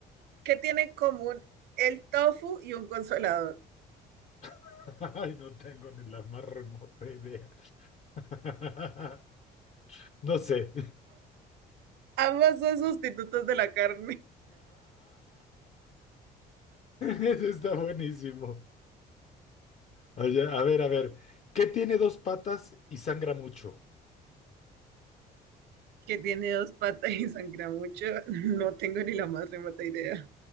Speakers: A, on the right (about 75°); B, on the left (about 40°).
A: ¿Qué tienen en común el tofu y un consolador?
B: <laughs> Ay, no tengo ni la más remota idea. <laughs> No sé.
A: Ambas son sustitutos de la carne,
B: Eso está buenísimo. Oye, a ver, a ver. ¿Qué tiene dos patas y sangra mucho?
A: <laughs> que tiene dos patas y sangra mucho. <laughs> No tengo ni la más remota idea.